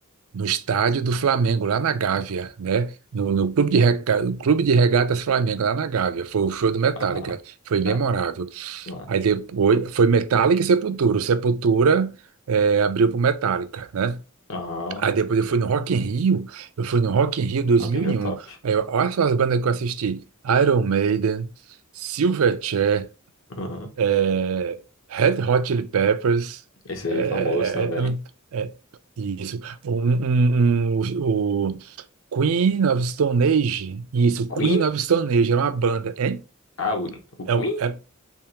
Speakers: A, on the right (about 80°); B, on the left (about 70°).
A: no estádio do Flamengo, lá na Gávea, né? No, no Clube de Reca- Clube de Regatas Flamengo, lá na Gávea. Foi o show do Metallica,
B: ah, ah,
A: foi
B: cara,
A: memorável.
B: ah,
A: Aí depois foi Metallica e Sepultura. O Sepultura eh, abriu para o Metallica, né?
B: ah,
A: Aí depois eu fui no Rock in Rio, eu fui no Rock in Rio 2001.
B: ok, é top.
A: Aí eu- olha só as bandas que eu assisti: Iron Maiden, Silverchair,
B: Aham.
A: é, Red Hot Chili Peppers,
B: Esse aí
A: é,
B: é famoso também.
A: é, é, um, é, isso, um, um- um- o, o Queen of Stone Age, isso,
B: Queen?
A: Queen of Stone Age, era uma banda, hein?
B: Ah, o, o
A: É,
B: Queen?
A: é